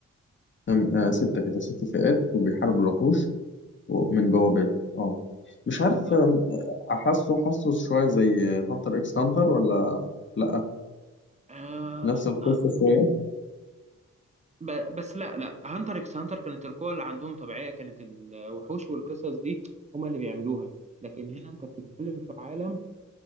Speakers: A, on the left; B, on the right.
A: تمام. آه ستة كده ست فئات وبيحاربوا الوحوش و- من بوابات اه مش
B: اه
A: عارف
B: بالظبط
A: آم، أحسه حاسه شوية زي هانتر إكس هانتر ولا لأ
B: آه
A: نفس القصة
B: آه،
A: شوية
B: ب- بس لا لا هانتر اكس هانتر كانت القوة اللي عندهم طبيعية كانت الوحوش والقصص دي هما اللي بيعملوها لكن هنا انت بتتكلم في عالم